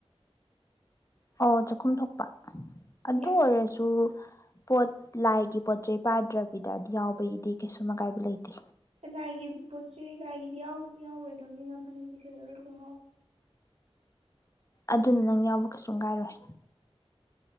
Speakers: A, on the left; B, on the right.
A: ꯑꯣ ꯆꯥꯛꯈꯨꯝ ꯊꯣꯛꯄ ꯑꯗꯨ
B: ꯌꯦꯁ
A: ꯑꯣꯏꯔꯁꯨ ꯄꯣꯠ ꯂꯥꯏꯒꯤ ꯄꯣꯠ ꯆꯩꯩ ꯄꯥꯗ꯭ꯔꯕꯤꯗ ꯌꯥꯎꯕꯒꯤꯗꯤ ꯀꯩꯁꯨꯝ ꯑꯀꯥꯏꯕ ꯂꯩꯇꯦ
B: ꯑ ꯂꯥꯏꯒꯤ ꯄꯣꯠ ꯆꯩ ꯂꯥꯏꯒꯤꯗꯤ ꯌꯥꯎ ꯌꯥꯎꯔꯣꯏꯗꯕꯅꯤꯅ ꯐꯅꯦꯛꯇꯤ ꯁꯦꯠꯂꯔꯣꯏ ꯈꯣꯡꯒꯥꯎ
A: ꯑꯗꯨꯅ ꯅꯪ ꯌꯥꯎꯕ ꯀꯩꯁꯨꯝ ꯀꯥꯏꯔꯣꯏ